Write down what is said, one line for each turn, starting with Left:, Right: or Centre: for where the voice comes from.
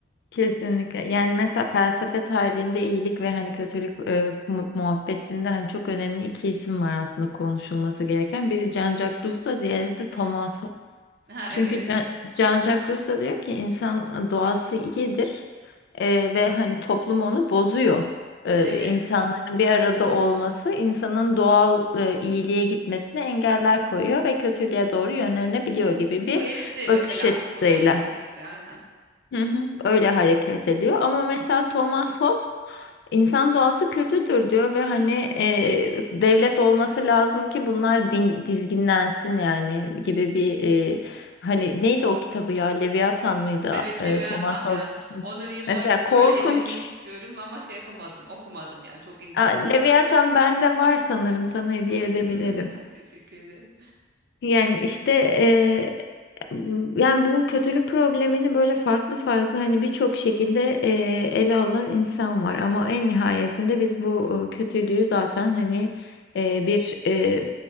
Left: Kesinlikle. Yani mesela felsefe tarihinde iyilik ve hani kötülük e, mu- muhabbetinde hani çok önemli iki isim var aslında konuşulması gereken. Biri Jean-Jacques Rousseau, diğeri de Thomas
Right: Hmm.
Left: Hobbes.
Right: Ha
Left: Çünkü
Right: evet.
Left: Jean- Jean-Jacques Rousseau diyor ki insan doğası iyidir e, ve hani toplum onu bozuyor. E,
Right: Evet.
Left: insanların bir arada olması insanın doğal e, iyiliğe gitmesine engeller koyuyor ve kötülüğe doğru yönlenebiliyor
Right: Evet.
Left: gibi
Right: Bu
Left: bir
Right: herif de
Left: bakış
Right: mesela
Left: açısıyla.
Right: buna yakın işte aynen.
Left: Hı hı, öyle hareket ediyor ama mesela Thomas Hobbes insan doğası kötüdür diyor
Right: <laughs>
Left: ve hani e, devlet olması lazım ki bunlar din- dizginlensin yani gibi bir e, hani neydi o kitabı ya Leviathan mıydı
Right: Evet
Left: e,
Right: Leviathan
Left: Thomas Hobbes'in
Right: ya. Onu yıllardır
Left: mesela korkunç
Right: böyle edinmek istiyorum ama şey yapamadım, okumadım yani. Çok ilgimi
Left: Aa, Leviathan
Right: çekiyordu.
Left: bende var sanırım sana hediye
Right: Hı.
Left: edebilirim.
Right: <laughs> Teşekkür ederim.
Left: Yani işte eee, yani bu kötülük problemini böyle farklı farklı hani birçok şekilde eee, ele alan insan var ama en nihayetinde biz bu e, kötülüğü zaten hani e, bir e,